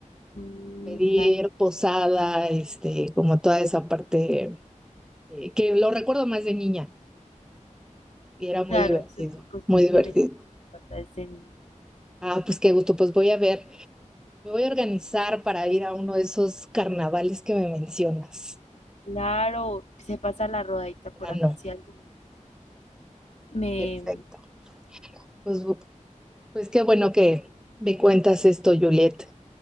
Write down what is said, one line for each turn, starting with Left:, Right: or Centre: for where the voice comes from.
Left: inunda.
Centre: Pedir posada, este, como toda esa parte eh, que lo recuerdo más de niña y era muy
Left: Claro,
Centre: divertido,
Left: sufre constantemente
Centre: muy divertido.
Left: en la cuarta de este niño.
Centre: Ah, pues qué gusto, pues voy a ver, me voy a organizar para ir a uno de esos carnavales que me mencionas.
Left: Claro, se pasa la rodadita por
Centre: Ah,
Left: acá,
Centre: no.
Left: si algo. Me,
Centre: Perfecto. Pues, bu- pues qué bueno que me cuentas esto, Juliet.